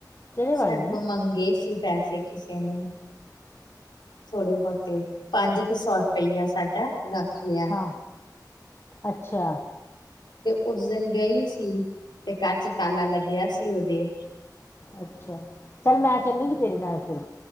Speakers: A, on the left (about 35°); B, on the left (about 85°).
A: ਕਿਹੜੇ
B: ਸਾਡੇ
A: ਵੱਲ ਨੇ ਨੀ
B: ਤੋਂ ਮੰਗੇ ਸੀ ਪੈਸੇ ਕਿਸੇ ਨੇ। ਥੋੜੇ ਬੋਤੇ ਪੰਜ ਕੁ ਸੌ ਰੁਪਈਆ ਸਾਡਾ ਰੱਖ ਲਿਆ।
A: ਹਾਂ ਅੱਛਾ।
B: ਤੇ ਉਸ ਦਿਨ ਗਈ ਸੀ ਤੇ ਘਰ ਚ ਤਾਲਾ ਲੱਗਿਆ ਸੀ ਓਦੇ।
A: ਅੱਛਾ ਚੱਲ ਮੈਂ ਚੱਲੂਗੀ ਤੇਰੇ ਨਾਲ ਫੇਰ।